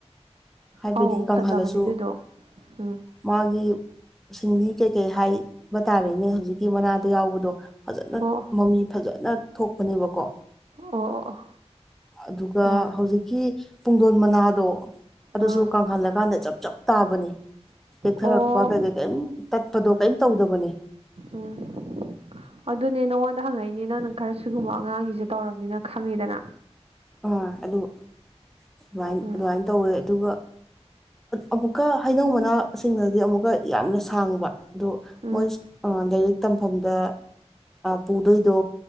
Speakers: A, in the centre; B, on the right.
A: ꯍꯥꯏꯕꯗꯤ
B: ꯑꯧ ꯐꯖꯕꯅꯦ
A: ꯀꯥꯡꯪꯈꯜꯂꯁꯨ
B: ꯑꯗꯨꯗꯣ ꯎꯝ
A: ꯃꯥꯒꯤ ꯁꯤꯡꯂꯤ ꯀꯩ ꯀꯩ ꯍꯥꯏꯕ ꯇꯥꯔꯦꯅꯦ ꯍꯧꯖꯤꯛꯀꯤ ꯃꯅꯥꯗ ꯌꯥꯎꯕꯗꯣ ꯐꯖꯅ
B: ꯑꯣ
A: ꯃꯃꯤ ꯐꯖ ꯅ ꯊꯣꯛꯄꯅꯦꯕꯀꯣ
B: ꯑꯣ ꯑꯣ ꯑꯣ
A: ꯑꯗꯨꯒ
B: ꯑꯥ
A: ꯍꯧꯖꯤꯛꯀꯤ ꯄꯨꯡꯗꯣꯟ ꯃꯅꯥꯗꯣ ꯑꯗꯨꯁꯨ
B: ꯑꯥ
A: ꯀꯪꯍꯜꯂꯀꯥꯟꯗ ꯆꯞ ꯆꯞ ꯇꯥꯕꯅꯤ ꯇꯦꯛꯊꯔꯛꯄ
B: ꯑꯣ
A: ꯀꯩ ꯀꯩ ꯀꯔꯤꯝ ꯇꯠꯄꯗꯣ ꯀꯩꯝ ꯇꯧꯗꯕꯅꯦ
B: ꯎ ꯑꯗꯨꯅꯦ ꯅꯉꯣꯟꯗ ꯍꯪꯉꯛꯏꯅꯦ ꯅꯪꯅꯪ ꯈꯔ ꯁꯤꯒꯨꯝꯕ ꯑꯉꯥꯡꯒꯤꯁꯦ ꯇꯧꯔꯕꯅꯤꯅ ꯈꯪꯉꯤꯗꯅ
A: ꯑꯥ ꯑꯗꯨ ꯑꯗꯨꯃ
B: ꯎꯝ
A: ꯑꯗꯨꯃꯥꯏꯅ ꯇꯧꯋꯦ ꯑꯗꯨꯒ ꯑꯃꯨꯛꯀ ꯍꯩꯅꯧ ꯃꯅꯥꯁꯤꯡꯅꯗꯤ ꯑꯃꯨꯛꯀ ꯌꯥꯝꯅ ꯁꯥꯡꯕ ꯑꯣ
B: ꯎꯝ
A: ꯃꯣꯏ ꯂꯥꯏꯔꯤꯛ ꯇꯝꯐꯝꯗ ꯄꯨꯗꯣꯏꯗꯣ